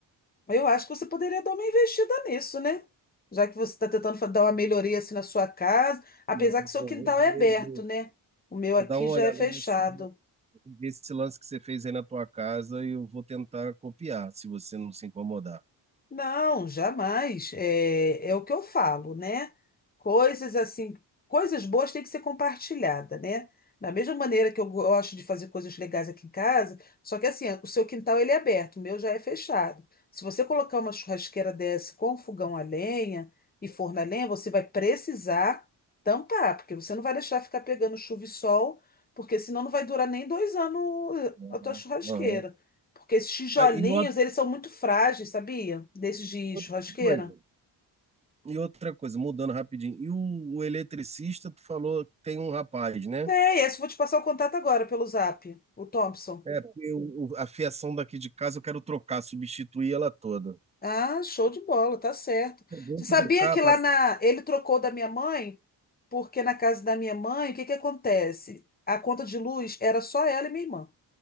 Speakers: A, on the left; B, on the right.
A: Eu acho que você poderia dar uma investida nisso, né? Já que você está tentando fa- dar uma melhoria assim na sua casa, apesar
B: Não, eu
A: que seu
B: Vou,
A: quintal
B: ver,
A: é aberto,
B: eu vou,
A: né? O meu aqui
B: vou dar uma
A: já
B: olhada
A: é fechado.
B: nesse. esse lance que você fez aí na tua casa, eu vou tentar copiar, se você não se incomodar.
A: Não, jamais. É, é o que eu falo, né? Coisas assim, coisas boas têm que ser compartilhada, né? Da mesma maneira que eu gosto de fazer coisas legais aqui em casa, só que assim, o seu quintal ele é aberto, o meu já é fechado. Se você colocar uma churrasqueira dessa com fogão a lenha e forno a lenha, você vai precisar tampar, porque você não vai deixar ficar pegando chuva e sol, porque senão não vai durar nem dois anos eh,
B: Uhum,
A: a tua churrasqueira.
B: uhum.
A: Porque esses tijolinhos,
B: Ah, e outra
A: eles são muito frágeis, sabia? Desses de
B: outra
A: churrasqueira.
B: coisa, e outra coisa, mudando rapidinho. E o, o eletricista, tu falou que tem um rapaz, né?
A: É, e esse eu vou te passar o contato agora pelo Zap, o Thompson.
B: É, porque o- o- a fiação daqui de casa eu quero trocar, substituir ela toda.
A: Ah, show de bola, tá certo.
B: É bom
A: Você
B: trocar,
A: sabia que lá
B: passa-
A: na. Ele trocou da minha mãe? Porque na casa da minha mãe, o que que acontece? A conta de luz era só ela e minha irmã.